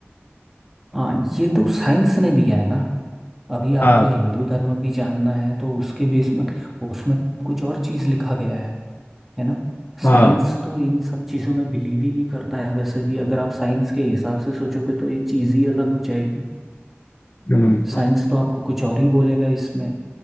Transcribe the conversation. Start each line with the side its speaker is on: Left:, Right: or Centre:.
Centre: हाँ ये तो साइंस ने दिया है ना अभी आपको
Left: हाँ
Centre: हिंदू धर्म भी जानना है तो उसके बेस में उसमें तो कुछ और चीज़ लिखा गया है है ना
Left: हाँ
Centre: साइंस तो इन सब चीज़ों में बिलीव ही नहीं करता है वैसे भी अगर आप साइंस के हिसाब से सोचोगे तो ये चीज़ ही अलग हो जाएगी
Left: हम्म
Centre: साइंस तो आपको कुछ और ही बोलेगा इसमें